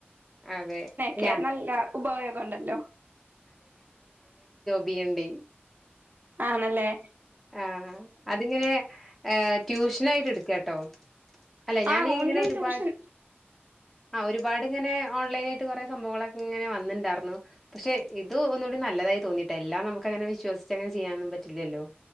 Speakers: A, in the centre; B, on the right.
A: അതെ
B: ക്കെ
A: യാ
B: നല്ല ഉപയോഗണ്ടല്ലോ
A: വീണ്ടി
B: ആണല്ലേ
A: ആഹ് അതിങ്ങനെ ഏഹ് ട്യൂഷനായിട്ട് എടുക്കാട്ടോ അല്ലെ ഞാനെ
B: ആ ഓൺലൈൻ
A: ഇങ്ങനെ ഒരുപാട്
B: ട്യൂഷൻ
A: ആ ഒരു ഒരുപാടിങ്ങനെ ഓൺലൈനായിട്ട് കൊറേ സംഭവങ്ങളൊക്കെ ഇങ്ങനെ വന്നണ്ടായിരുന്നു പക്ഷെ ഇത് ഒന്നൂടി നല്ലതായി തോന്നിയിട്ടാ എല്ലാം നമുക്ക്ങ്ങനെ വിശ്വസിച്ചങ്ങനെ ചെയ്യാനൊന്നും പറ്റില്ലല്ലോ